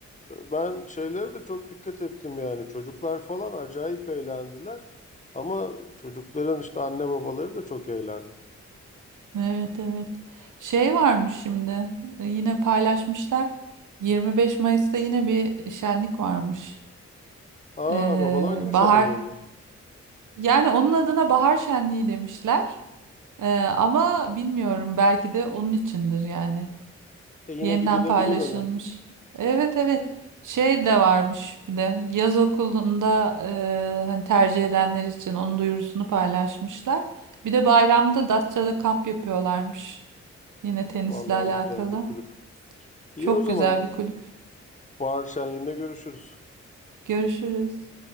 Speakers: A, on the left; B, on the right.
A: ben şeylere de çok dikkat ettim yani. Çocuklar falan acayip eğlendiler. Ama çocukların işte anne babaları da çok eğlendi.
B: evet evet. Şey varmış şimdi yine paylaşmışlar. 25 Mayıs'ta yine bir şenlik varmış.
A: Aa
B: Ee,
A: babalar günü
B: bahar
A: şenliği mi?
B: yani onun adına bahar şenliği demişler. Ee, ama bilmiyorum belki de onun içindir yani.
A: E yine
B: Yeniden
A: gidilebilir
B: paylaşılmış.
A: ona.
B: Evet evet. Şey de varmış bir de yaz okulunda e, hani tercih edenler için onun duyurusunu paylaşmışlar. Bir de bayramda Datça'da kamp yapıyorlarmış. Yine tenisle
A: Vallahi
B: alakalı.
A: güzel bir kulüp. İyi
B: Çok
A: o zaman.
B: güzel bir kulüp.
A: Bahar Şenliği'nde görüşürüz.
B: Görüşürüz.